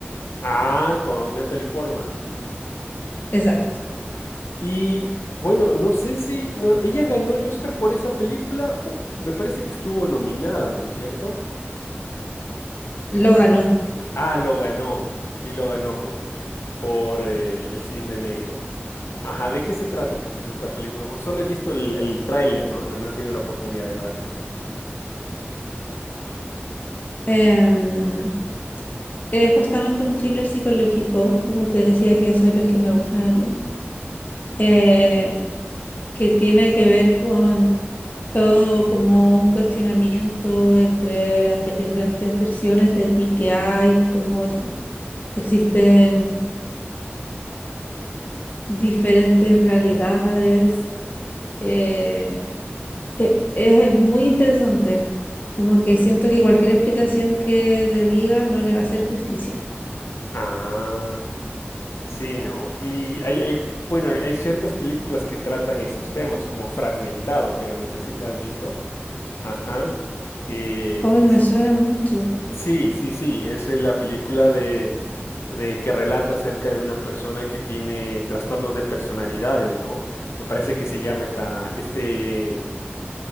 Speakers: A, on the left (about 85°); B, on the left (about 40°).
A: Ah, con Natalie Portman.
B: Exacto.
A: Y bueno, no sé si no, ella ganó el Oscar por esa película o me parece que estuvo nominada, ¿no es cierto?
B: Lo ganó.
A: Ah, lo ganó. Sí, lo ganó por, por el, el Cisne Negro. Ajá, ¿de qué se trata un poquito esta película? Porque solo he visto el, el tráiler, ¿no? ¿no? No he tenido la oportunidad de verla.
B: Em, es justamente un thriller psicológico, como te decía, que son los que me gustan a mí, eh, que tiene que ver con todo como un cuestionamiento entre las diferentes versiones de ti que hay, cómo existen diferentes realidades. Eh, e- es muy interesante. Como que siento que cualquier explicación que te diga no le va a hacer justicia.
A: Ah, sí, ¿no? Y hay, hay- bueno, hay, hay ciertas películas que tratan esos temas, como Fragmentado, creo, no sé si has visto. Ajá, que
B: Hoy me suena mucho.
A: Sí, sí, sí, es eh, la película de, de que relata acerca de una persona que tiene trastornos de personalidades, ¿no? Me parece que se llama esta, este,